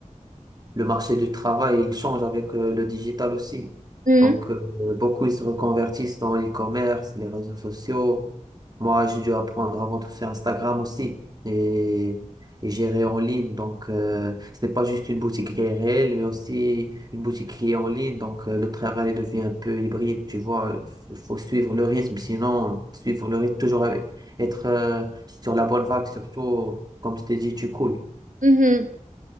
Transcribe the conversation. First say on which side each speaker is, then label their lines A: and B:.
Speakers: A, on the right; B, on the right.
A: le marché du travail, il change avec euh, le digital aussi.
B: Mmh
A: Donc,
B: mh.
A: euh, beaucoup, ils se reconvertissent dans l'e-commerce, les réseaux sociaux. Moi, j'ai dû apprendre avant tout faire Instagram aussi et, et gérer en ligne. Donc, euh, ce n'est pas juste une boutique qui est réelle, mais aussi une boutique qui est en ligne. Donc, euh, le travail devient un peu hybride, tu vois. Il faut suivre le rythme, sinon, suivre le rythme, toujours euh, être euh, sur la bonne vague, surtout, comme je t'ai dit, tu coules.
B: Mmh